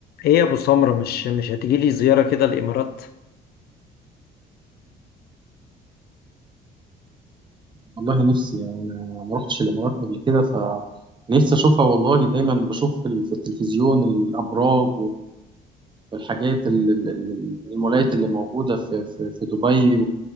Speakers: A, on the left; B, on the right.
A: ايه يا ابو سمرة مش مش هتيجي لي زيارة كده الامارات
B: والله نفسي يعني أنا ما رحتش الإمارات قبل كده فنفسي أشوفها والله دايما بشوف في ال- في التلفزيون الأبراج والحاجات ال- ال- ال- المولات اللي موجودة في في في دبي